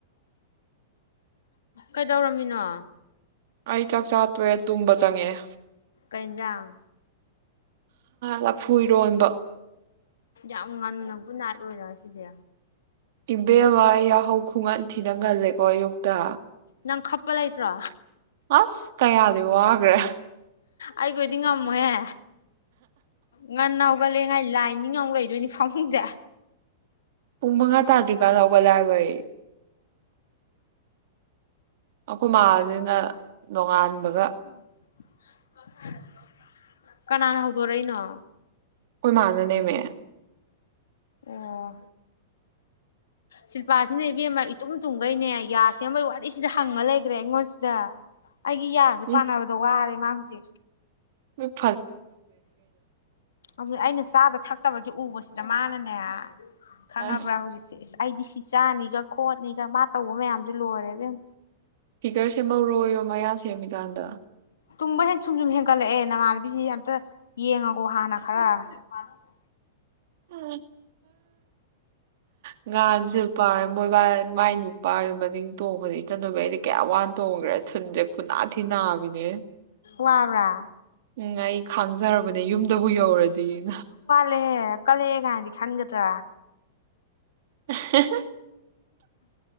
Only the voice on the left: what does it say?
ꯀꯩꯗꯧꯔꯝꯃꯤꯅꯣ
ꯀꯩꯏꯟꯖꯥꯡ
ꯌꯥꯝ ꯉꯟꯅ ꯒꯨꯗꯅꯥꯏꯠ ꯑꯣꯏꯅ ꯉꯁꯤꯗꯤ
ꯅꯪ ꯈꯞꯄ ꯂꯩꯇ꯭ꯔꯣ
ꯑꯩꯒ ꯑꯣꯢꯗꯤ ꯉꯝꯃꯣꯏꯍꯦ ꯉꯟꯅ ꯍꯧꯒꯠꯂꯦ ꯉꯥꯏ ꯂꯥꯏ ꯅꯤꯡꯉ ꯑꯃꯨꯛ ꯂꯩ ꯑꯗꯨꯅꯤ ꯐꯪꯃꯨꯡꯗ
ꯔ ꯆ꯭ꯔꯥ
ꯎ <inaudible> <unintelligible> <unintelligible> ꯀꯅꯥꯅ ꯍꯧꯗꯣꯔꯛꯏꯅꯣ
ꯑꯣ ꯁꯤꯜꯄꯥꯁꯤꯅ ꯏꯕꯦꯝꯃ ꯏꯇꯨꯝ ꯇꯨꯝꯈꯩꯅꯦ ꯌꯥꯁꯦꯝꯕꯩ ꯋꯥꯔꯤꯁꯤꯗ ꯍꯪꯉꯥ ꯂꯩꯈ꯭ꯔꯦ ꯑꯩꯉꯣꯟꯁꯤꯗ ꯑꯩꯒꯤ ꯌꯥꯁꯦ
ꯄꯥꯟꯅꯕꯗ ꯋꯥꯔꯦ ꯃꯥ ꯇꯦ
ꯑꯗꯨ ꯑꯩꯅ ꯆꯥꯗ ꯊꯛꯇꯕꯒꯤ ꯎꯕꯕꯁꯤꯗ ꯃꯥꯅꯅꯦ ꯈꯪꯉꯕ꯭ꯔꯥ
ꯍꯧꯖꯤꯛꯁꯦ ꯏꯁ ꯑꯩꯗꯤ ꯐꯤꯆꯥꯅꯤꯒ ꯈꯣꯠꯅꯤꯒ ꯃꯥ ꯇꯧꯕ ꯃꯌꯥꯝꯁꯨ ꯂꯣꯏꯔꯦꯕꯦꯝ
ꯇꯨꯝꯃ ꯍ ꯁꯨꯝ ꯁꯨꯝ ꯍꯡꯂ ꯑꯦ ꯅ ꯃꯥ ꯍꯥꯏꯕꯤꯁꯤ ꯑꯝꯇ ꯌꯦꯡꯉꯀꯣ ꯍꯥꯟꯅ ꯈꯔ ꯋꯥꯔ ꯇ
ꯋꯥꯕ꯭ꯔꯥ
ꯀꯦ ꯀꯂꯦꯒꯗꯤ ꯈꯥꯟꯒꯗ꯭ꯔꯥ